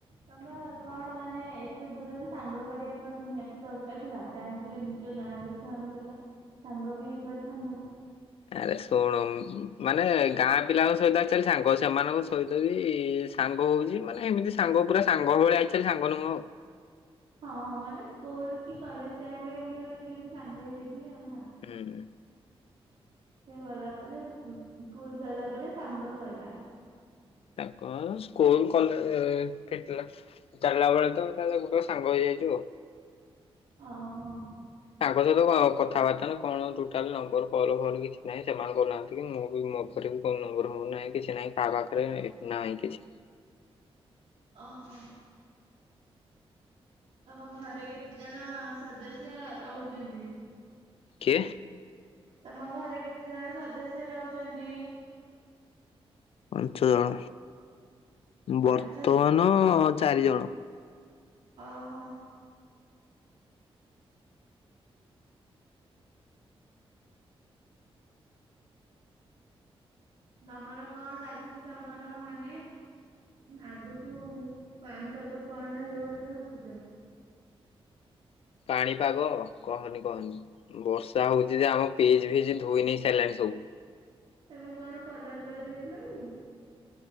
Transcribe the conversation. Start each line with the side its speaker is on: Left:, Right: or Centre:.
Right: ତମେ କଣ ମାନେ ଏତେ ଦୂରରେ ସାଙ୍ଗ କରିବା କଣ ନିହାତି ଦରକାର୍ ଥିଲା। ଚାହିଁଥିଲେ ନିଜ ଗାଁରେ ଛୁଆଙ୍କ ସହିତ ସାଙ୍ଗ ବି ହେଇପାରିଥାନ୍ତ।
Left: ଆରେ ଶୁଣୁ ମାନେ ଗାଁ ପିଲାଙ୍କ ସହିତ ଆଜିକାଲି ସାଙ୍ଗ ସେମାନଙ୍କ ସହିତ ବି ସାଙ୍ଗ ହଉଛି ମାନେ ଏମିତି ସାଙ୍ଗ ପୁରା ସାଙ୍ଗ ଭଳିଆ ଆକ୍ଚଲି ସାଙ୍ଗ ନୁହଁ
Right: ହଁ ମାନେ ସ୍କୁଲ୍ କି କଲେଜ ଟାଇମ୍ ରେ ଏମତି ଗୋଟେ କେମତି ସାଙ୍ଗ ହେଇଯାଇଥିବେ ଆଉ ନା।
Left: ହୁଁ।
Right: ସେ ଗଲା ପରେ ସ୍କୁଲ୍ ସରିଲା ପରେ ସାଙ୍ଗ ସଇଲା।
Left: ତାଙ୍କର ସ୍କୁଲ୍ କଲେ ଠିକ୍ ଥିଲା। ଚାଲିଲା ବେଳେ ତ ତା ଗୋଟେ ସାଙ୍ଗ ହେଇଯାଇଛୁ।
Right: ଓହୋ।
Left: ତାଙ୍କ ସହିତ କଥାବାର୍ତ୍ତା ନା କଣ ଟୋଟାଲ୍ ନମ୍ବର କଲ୍ ଫଲ୍ କିଛି ନାହିଁ ସେମାନେ କହୁନାହାନ୍ତି କି ମୁଁ ବି ମୋ ନମ୍ୱର୍ ମୋର ନାହିଁ କିଛି ନାହିଁ କାହା ପାଖରେ ନାହିଁ କିଛି।
Right: ଓହୋ। ତମ ଘରେ କେତେ ଜଣ ସଦସ୍ୟା ରହୁଛନ୍ତି?
Left: କିଏ?
Right: ତମ ଘରେ କେତେ ଜଣ ସଦସ୍ୟ ରହୁଛନ୍ତି?
Left: ପାଞ୍ଚ ଜଣ
Right: ପାଞ୍ଚ
Left: ବର୍ତ୍ତମାନ ଚାରି ଜଣ।
Right: ଓହୋ। ତମର କଣ ଲାଗୁଛି ତମର ମାନେ ଆଗକୁ ପାଣିପାଗ କଣ ରହିବ ବୋଲି ଭାବୁଛ।
Left: ପାଣିପାଗ କହନି କହନି। ବର୍ଷା ହଉଛି ଯେ ଆମ ପିଜ୍ ଫିଜ୍ ଧୋଇ ନେଇ ସାରିଲାଣି ସବୁ।
Right: ତମେ କଣ କଲର କରିଦେଇଥିଲ କି?